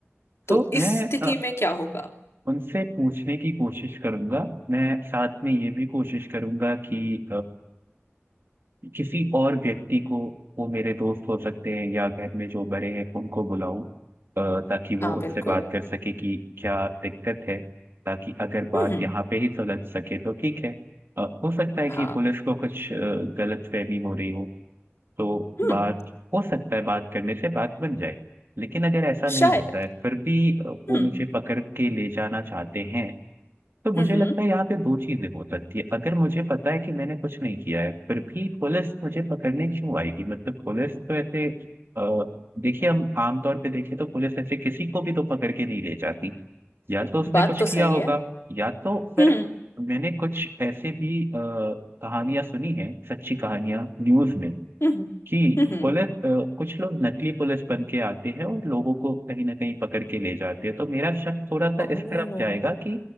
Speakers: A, on the left; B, on the right.
A: तो
B: तो
A: इस
B: मैं
A: स्थिति
B: अ,
A: में क्या होगा
B: उनसे पूछने की कोशिश करूंगा मैं साथ में ये भी कोशिश करूंगा कि किसी और व्यक्ति को वो मेरे दोस्त हो सकते हैं या घर में जो बड़े हैं उनको बुलाऊं अ, ताकि वो
A: हाँ
B: उनसे
A: बिल्कुल
B: बात कर सके कि क्या दिक्कत है ताकि अगर बात
A: हम्म हम्म,
B: यहाँ पे ही सुलझ सके तो ठीक है अ, हो सकता है
A: हाँ
B: कि पुलिस को कुछ गलतफहमी हो रही हो तो
A: हम्म
B: बात हो सकता है बात करने से बात बन जाए लेकिन अगर ऐसा
A: शायद
B: नहीं होता है फिर भी अ,
A: हम्म
B: वो मुझे पकड़ के ले जाना चाहते हैं तो मुझे
A: हम्म
B: लगता
A: हम्म,
B: है यहाँ पे दो चीजें हो सकती है अगर मुझे पता है कि मैंने कुछ नहीं किया है फिर भी पुलिस मुझे पकड़ने क्यों आएगी मतलब पुलिस तो ऐसे अ, देखिए हम आमतौर पे देखें तो पुलिस ऐसे किसी को भी तो पकड़ के नहीं ले जाती या तो उसने
A: बात
B: कुछ
A: तो सही
B: किया होगा
A: है
B: या तो फिर
A: हम्म
B: मैंने कुछ ऐसे भी अ, कहानियां सुनी हैं सच्ची कहानियां न्यूज में
A: हम्म हम्म
B: जी
A: हम्म,
B: पुलिस अ, कुछ लोग नकली पुलिस बन के आते हैं और लोगों को कहीं ना कहीं पकड़ के ले जाते हैं तो मेरा शक थोड़ा सा
A: ओह
B: इस तरफ जाएगा कि